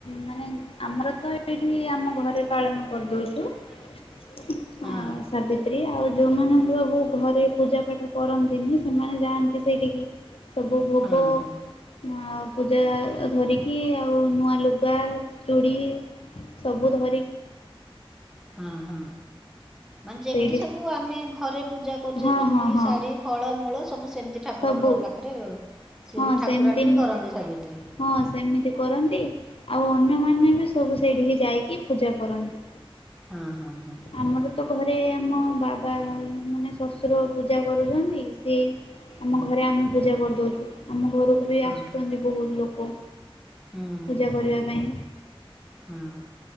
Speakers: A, on the left; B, in the centre.
A: ମାନେ ଆମର ତ ଏଇଠି ଆମ ଘରେ ପାଳନ କରିଦଉଛୁ।
B: <unintelligible>
A: <inaudible>
B: ହଁ
A: ଆଉ ସାବିତ୍ରୀ ଆଉ ଯେଉଁମାନେ ସବୁ ଘରେ ପୂଜା ପାାଠ କରନ୍ତିନି ସେମାନେ ଯାଆନ୍ତି ସେଇଠିକି। ସବୁ ଭୋଗ
B: ହଁ ହଁ
A: ଅ ପୂଜା। ଧରିକି ଆଉ ନୂଆ ଲୁଗା ଚୁଡ଼ି ସବୁ ଧରି
B: ହଁ ହଁ। ମାନେ ଯେମିତି
A: ସେଇଠି
B: ସବୁ ଆମେ ଘରେ ପୂଜା କରୁଛେ
A: ହଁ
B: ଚୁଡି,
A: ହଁ ହଁ
B: ଶାଢୀ। ଫଳମୂଳ ସବୁ ସେମିତି ଠାକୁରଙ୍କ
A: ସବୁ
B: ପାଖରେ ସିଏ
A: ହଁ
B: ବି ଠାକୁରାଣୀ
A: ସେମିତି
B: ବି କରନ୍ତି ସାବିତ୍ରୀ।
A: ହଁ ସେମିତି କରନ୍ତି ଆଉ ଅନ୍ୟମାନେ ବି ସବୁ ସେଇଡି କି ଯାଇକି ପୂଜା କରନ୍ତି।
B: ହଁ ହଁ। ହଁ ହଁ
A: ଆମର ତ ଘରେ ଆମ ବାବା ମାନେ ଶଶ ଶଶୁର ପୂଜା କରୁଛନ୍ତି ସେ ଆମ
B: ହଁ
A: ଘରେ ଆମେ ପୂଜା କରିଦଉଛୁ ଆମ ଘରକୁ ବି
B: ହଁ
A: ଆସୁଛନ୍ତି। ବହୁତ ଲୋକ
B: ହୁଁ
A: ପୂଜା କରିବା ପାଇଁ।
B: ହଁ